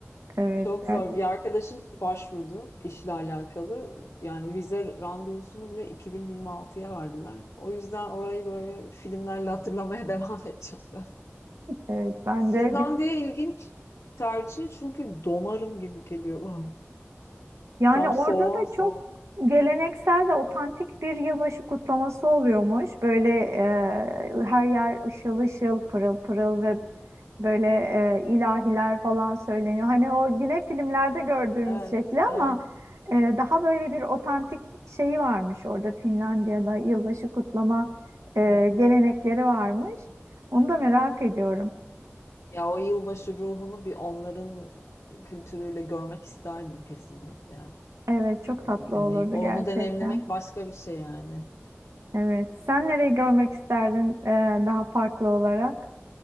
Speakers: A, on the right; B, on the left.
A: Evet
B: Çok zor.
A: gerçekten.
B: Bir arkadaşım başvurdu işle alakalı. Yani vize randevusunu bile 2026'ya verdiler. O yüzden orayı böyle filmlerle hatırlamaya <laughs> devam edeceğim ben.
A: Evet ben
B: Finlandiya
A: de
B: ilginç tercih çünkü donarım gibi geliyor bana.
A: Yani
B: Tam
A: orada
B: soğuğun
A: da çok
B: soğuk.
A: geleneksel ve otantik bir yılbaşı kutlaması oluyormuş. Böyle e, her yer ışıl ışıl, pırıl pırıl ve böyle e, ilahiler falan söyleniyor. Hani o yine filmlerde gördüğümüz
B: Evet,
A: şekli ama
B: evet,
A: e, daha böyle bir otantik şeyi varmış orada Finlandiya'da yılbaşı kutlama e,
B: evet,
A: gelenekleri varmış. Onu
B: evet.
A: da merak ediyorum.
B: Ya o yılbaşı ruhunu bir onların kültürüyle görmek isterdim kesinlikle.
A: Evet, çok
B: Yani
A: tatlı
B: bir deneyim,
A: olurdu
B: onu
A: gerçekten.
B: deneyimlemek başka bir şey yani.
A: Evet. Sen nereyi görmek isterdin e, daha farklı olarak?